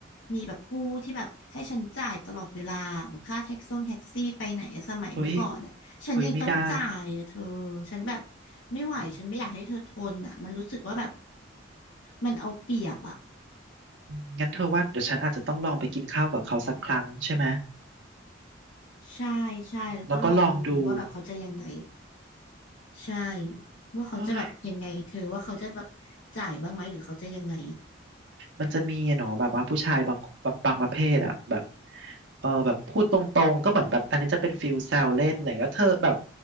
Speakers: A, on the left (about 75°); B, on the right (about 65°).
A: มีแบบผู้ที่แบบให้ฉันจ่ายตลอดเวลาแบบค่าแท็กซ่งแท็กซี่ไปไหนอะสมัยเมื่อก่อนอ่ะฉันยังต้องจ่ายอ่ะเธอ
B: เฮ้ยเฮ้ยไม่ได้
A: ฉันแบบไม่ไหวฉันไม่อยากให้เธอทนอ่ะมันรู้สึกว่าแบบ
B: อืม
A: มันเอาเปรียบอ่ะ
B: อืมงั้นเธอว่าเดี๋ยวฉันอาจจะต้องลองไปกินข้าวกับเขาสักครั้งใช่ไหม
A: ใช่ใช่แล้วก็ลองดูว่าแบบเขาจะยังไง
B: แล้วก็ลองดู
A: ใช่ว่าเขาจะแบบยังไงเธอว่าเขาจะแบบจ่ายบ้างไหมหรือเขาจะยังไง
B: เฮ้ยมันจะมีอะเนาะแบบว่าผู้ชายบางแบบบางประเภทอะแบบเออแบบพูดตรงๆก็เหมือนแบบอันนี้จะเป็นฟิลแซวเล่นอะไรเงี้ยเธอแบบ